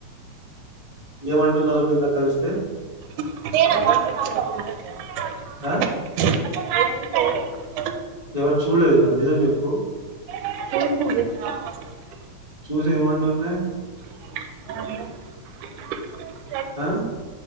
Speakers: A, on the left; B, on the right.
A: ఏమంటున్నారు నిన్న కలిస్తే
B: <unintelligible>
A: ఆ ఎవరు చూడలేదు కదా నిజం చెప్పు
B: చూసింది
A: చూసి ఏమంటుంది.
B: అ ఏమ్
A: ఆ